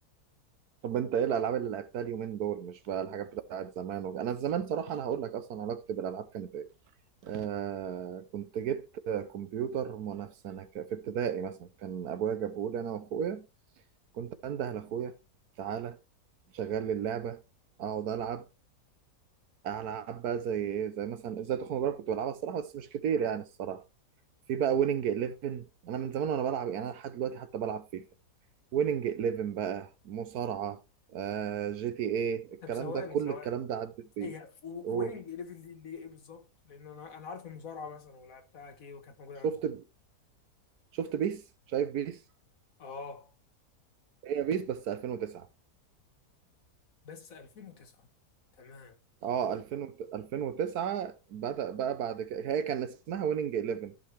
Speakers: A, on the right (about 70°); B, on the left (about 55°).
A: طب انت ايه الالعاب اللي لعبتها اليومين دول مش بقى الحاجات بتاعت زمان و... انا زمان صراحه انا هقول لك اصلا علاقتي بالالعاب كانت ايه آه كنت جبت كمبيوتر منافسه انا ك- في ابتدائي مثلا كان ابويا جابه لي انا واخويا كنت انده لاخويا تعالى شغل لي اللعبه اقعد العب العب بقى زي ايه زي مثلا ازاي تخنق جارك كنت بلعبها الصراحه بس مش كتير يعني الصراحه في بقى ويننج 11 انا من زمان وانا بلعب يعني انا لحد دلوقتي حتى بلعب فيفا ويننج 11 بقى مصارعة آه جي تي ايه الكلام
B: طب ثواني
A: ده كل
B: ثواني
A: الكلام ده عدت بيه
B: هي
A: قول
B: ويننج 11 دي اللي هي ايه بالظبط؟ لان انا انا عارف المصارعه مثلا ولعبتها كي وكانت موجوده
A: شفت
B: عندي
A: شفت بيس شايف بيس
B: اه
A: هي بيس بس 2009
B: بس 2009 تمام
A: اه 2000 وت- 2009 بدأ بقى بعد كده هي كان اسمها ويننج 11